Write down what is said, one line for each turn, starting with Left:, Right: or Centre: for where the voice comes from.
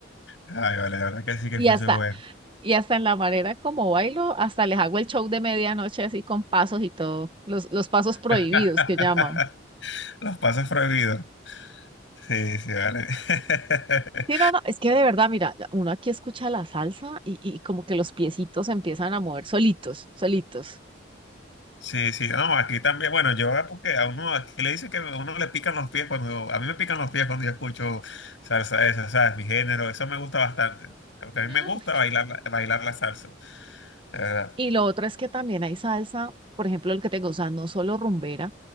Left: Ay, vale, la verdad que sí que
Right: Y
Left: fuese
Right: hasta,
Left: bueno.
Right: Y hasta en la manera como bailo, hasta les hago el show de medianoche así con pasos y todo, los, los pasos prohibidos
Left: <laughs>
Right: que llaman.
Left: Los pasos prohibidos. Sí, sí, vale. <laughs>
Right: Sí, no, no, es que de verdad, mira, ya- uno aquí escucha la salsa y, y como que los piecitos empiezan a mover solitos, solitos.
Left: Sí, sí, no, aquí también, bueno, yo eh, porque a uno aquí le dicen que a uno le pican los pies cuando, a mí me pican los pies cuando yo escucho salsa esa, ¿sabes? Mi género, eso me gusta bastante, porque a mí
Right: Mm.
Left: me gusta bailar, la- bailar la salsa, de verdad.
Right: Y lo otro es que también hay salsa, por ejemplo, el que tengo, o sea, no solo rumbera,